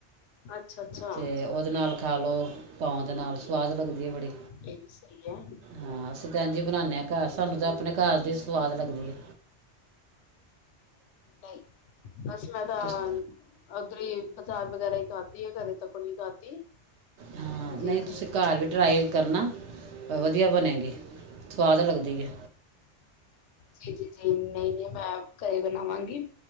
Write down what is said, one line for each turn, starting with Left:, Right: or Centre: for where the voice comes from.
Left: ਅੱਛਾ-ਅੱਛਾ।
Right: ਤੇ ਉਹਦੇ ਨਾਲ ਖਾ ਲਉ, ਪਾਓ ਦੇ ਨਾਲ ਸਵਾਦ ਲੱਗਦੀ ਹੈ ਬੜੀ।
Left: ਇਹ ਵੀ ਸਹੀ ਹੈ।
Right: ਹਾਂ ਅਸੀਂ ਇੰਝ ਹੀ ਬਣਾਉਦੇ ਹਾਂ ਘਰ ਸਾਨੂੰ ਤਾਂ ਆਪਣੇ ਘਰ ਦੀ ਸਵਾਦ ਲੱਗਦੀ ਏ।
Left: ਨਹੀਂ ਬਸ ਮੈਂ ਤਾਂ
Right: ਤੁਸੀਂ
Left: ਓਧਰ ਹੀ ਬਾਜ਼ਾਰ ਵਗੈਰਾ ਹੀ ਖਾਧੀ ਆ ਘਰੇ ਤੱਕ ਨੀ ਖਾਧੀ।
Right: ਹਾਂ
Left: ਜੀ
Right: ਨਹੀਂ
Left: ਜੀ
Right: ਤੁਸੀਂ ਘਰ ਵੀ ਟਰਾਈਵ ਕਰਨਾ, ਵਧੀਆ ਬਣੇਗੀ। ਸਵਾਦ ਲੱਗਦੀ ਏ।
Left: ਜੀ- ਜੀ -ਜੀ, ਨਹੀ-ਨਹੀ ਮੈਂ ਘਰੇ ਬਣਾਵਾਂਗੀ।